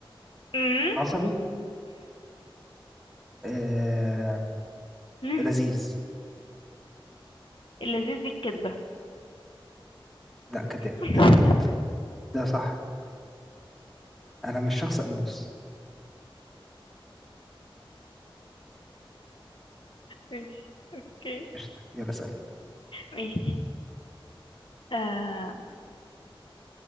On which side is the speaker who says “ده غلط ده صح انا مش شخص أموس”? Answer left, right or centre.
Centre